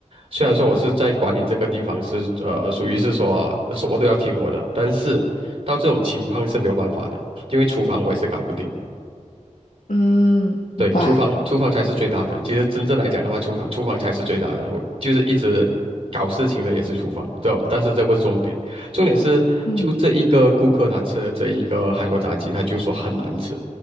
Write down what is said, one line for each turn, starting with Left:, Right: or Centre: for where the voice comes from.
Right: 虽然说我是在管理这个地方是呃，属于是说什么都要听我的，但是到这种情况是没有办法的，因为厨房我也是搞不定。
Left: 嗯，
Right: 对，
Left: 明白。
Right: 厨房厨房才是最大的。其实真正来讲的话，厨房厨房才是最大的。我就是一直搞事情的也是厨房，对吧但是这不是重点，重点是就这一个顾客他吃了这一个韩国炸鸡，
Left: 嗯
Right: 他就说很难吃，